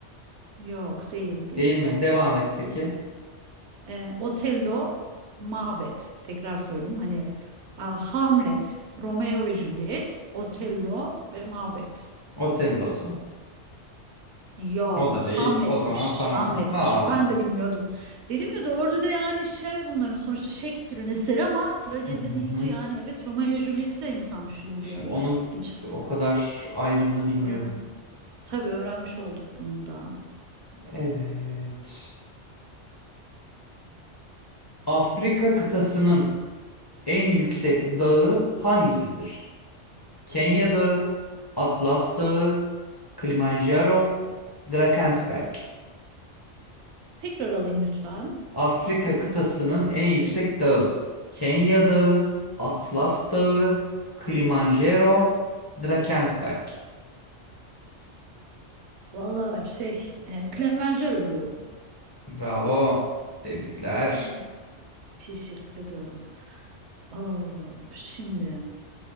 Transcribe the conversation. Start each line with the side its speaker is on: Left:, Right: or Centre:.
Right: yok değil değil.
Left: Değil mi? Devam et peki.
Right: Ee, Otello, Macbeth. Tekrar söyleyeyim hani a, Hamlet, Romeo ve Juliet, Otello ve Macbeth.
Left: Otello o zaman.
Right: Yok,
Left: O da
Right: Hamlet'miş,
Left: değil. O zaman tamam.
Right: Hamlet'miş.
Left: Aa.
Right: Ben de bilmiyordum. Dedim ya doğru da yani şey bunların sonuçta Shakespeare'in eseri ama tragedya
Left: Hı hı.
Right: deyince yani evet Romeo ve Juliet'i de insan düşünebiliyor.
Left: Şimdi onun
Right: İlginç.
Left: o kadar ayrımını bilmiyorum.
Right: Öğren Tabii öğrenmiş olduk bunu da.
Left: Evet. Afrika kıtasının en yüksek dağı hangisidir? Kenya Dağı, Atlas Dağı, Kilimanjaro, Drakensberg.
Right: Tekrar alayım lütfen
Left: Afrika
Right: Afrika'nın.
Left: kıtasının en yüksek dağı. Kenya Dağı, Atlas Dağı, Kilimanjaro, Drakensberg.
Right: Valla şey, e, Kilimanjaro diyorum.
Left: Bravo. Tebrikler.
Right: Oh, teşekkür ediyorum. Oh, şimdi